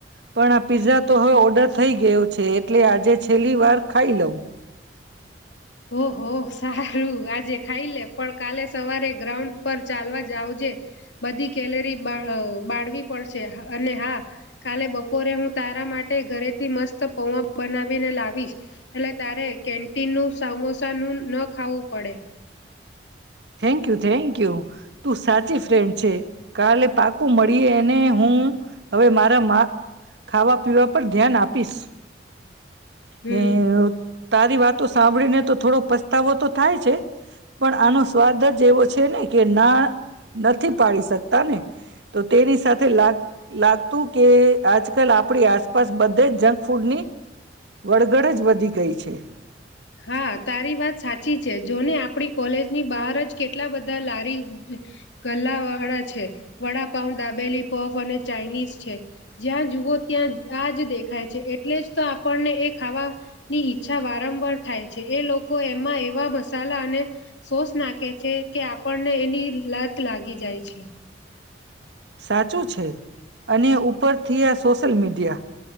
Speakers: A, on the right; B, on the left.
A: પણ આ પિઝા તો હવે ઓર્ડર થઈ ગયો છે, એટલે આજે છેલ્લી વાર ખાઈ લઉં.
B: હોહ સારું આજે ખાઈ લે પણ કાલે સવારે ગ્રાઉન્ડ પર ચાલવા જાવજે, બધી કેલેરી બા બાળવી પડશે, અને હા કાલે બપોરે હું તારા માટે ઘરેથી મસ્ત પૌવા બનાવીને લાવીશ, એટલે તારે કેન્ટીનનું... સમોસાનું ન ખાવું પડે.
A: થેન્કયુ થેન્કયુ તું સાચી ફ્રેન્ડ છે, કાલે પાકું મળીએ ને હું હવે મારા મા ખાવા પીવા પર ધ્યાન આપીશ.
B: હમ
A: ને તારી વાતો સાંભળીને... તો થોડો પસ્તાવો તો થાય છે. પણ આનો સ્વાદ જ એવો... છે ને કે ના નથી પાડી શકતા ને... તો તેની સાથે લાગ લાગતું કે... આજ કલ આપડી આસ બસ બધે જંક ફૂડની... વડગડ જ વધી ગઈ છે. એહ.
B: હા તારી વાત સાચી છે જોને આપડી... કોલેજની બહાર જ કેટલા બધા લારી ગલ્લા વાળા છે, વડાપાઉ, દાબેલી, પફ અને ચાઇનીઝ છે, જ્યાં જુઓ ત્યાં આ જ દેખાય છે, એટલે જ તો આપણને એ ખાવાની ઈચ્છા વારંવાર... થાય છે, એ લોકો એમાં એવા મસાલા અને સોસ નાખે છે, કે આપણને એની લત લાગી જાય છ
A: સાચું છે અને ઉપરથી આ સોશિલ મીડિયા